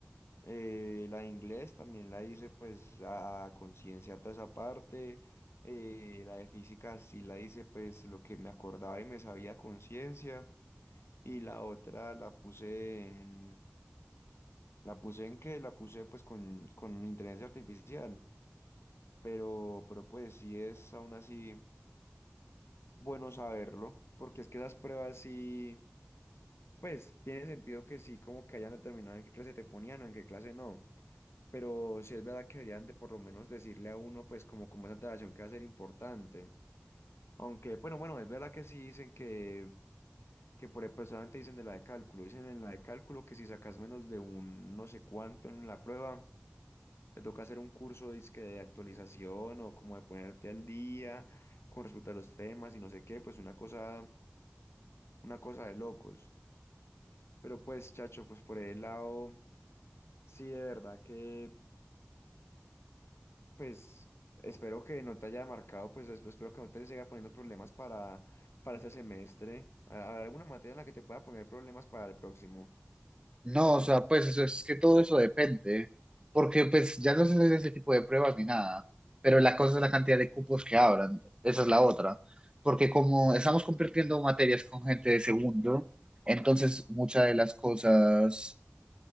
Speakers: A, on the left; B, on the right.
A: Eh, la de inglés también la hice pues a, a conciencia toda esa parte. Eh, la de física sí la hice pues lo que me acordaba y me sabía a conciencia. Y la otra la puse en... ¿La puse en qué? La puse pues con, con inteligencia artificial. Pero, pero pues sí es aún así bueno saberlo. Porque es que esas pruebas sí... Pues tiene sentido que sí como que hayan determinado en qué clase te ponían o en qué clase no. Pero sí es verdad que deberían de por lo menos decirle a uno, pues, como, como esa antelación que va a ser importante. Aunque, bueno, bueno, es verdad que sí dicen que, que por ejemplo, solamente dicen de la de cálculo. Dicen en la de cálculo que si sacas menos de un no sé cuánto en la prueba, te toca hacer un curso dizque de actualización o como de ponerte al día con respecto a los temas y no sé qué, pues una cosa, una cosa de locos. Pero pues, chacho, pues por el lado, sí, de verdad que. Pues espero que no te haya marcado, pues esp- espero que no te siga poniendo problemas para, para este semestre. ¿Ha- ¿Habrá alguna materia en la que te pueda poner problemas para el próximo?
B: No, o sea, pues eso es que todo eso depende, porque pues ya no se hacen ese tipo de pruebas ni nada, pero la cosa es la cantidad de cupos que abran, esa es la otra, porque como estamos compartiendo materias con gente de segundo, entonces muchas de las cosas,